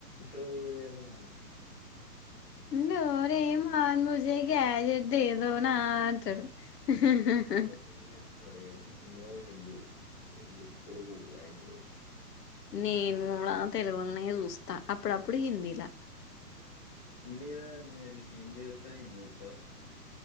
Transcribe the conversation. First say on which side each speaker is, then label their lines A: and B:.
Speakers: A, on the left; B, on the left.
A: డోరేమాన్
B: డోరెమాన్ ముజే గాడ్జెట్ దేదోన అంటాడు హెహెహేహా
A: అంతా తెలుగు ఎపిసోడే no Hindi only Telugu language
B: నేను కూడా తెలుగులనే వస్తా అప్పుడు అప్పుడు హిందీలా
A: హిందీల నీకు హిందీ వచ్చానీ హిందీ చుత్తవా